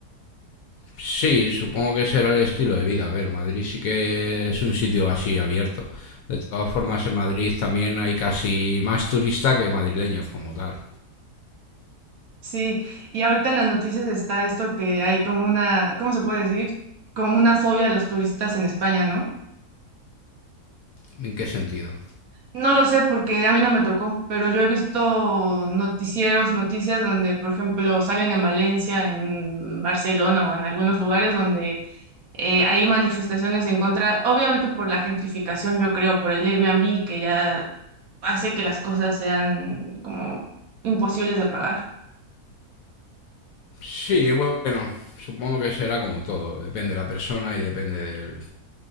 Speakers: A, on the left; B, on the right.
A: Sí, supongo que será el estilo de vida. A ver, Madrid sí que es un sitio así abierto. De todas formas, en Madrid también hay casi más turistas que madrileños como tal.
B: Sí, y ahorita en las noticias está esto que hay como una, ¿cómo se puede decir? Como una fobia a los turistas en España, ¿no?
A: ¿En qué sentido?
B: No lo sé porque a mí no me tocó, pero yo he visto noticieros, noticias donde, por ejemplo, salen en Valencia, en Barcelona o en algunos lugares donde eh, hay manifestaciones en contra, obviamente por la gentrificación, yo creo, por el Airbnb que ya hace que las cosas sean como imposibles de pagar.
A: Sí, bueno, supongo que será como todo. Depende de la persona y depende del...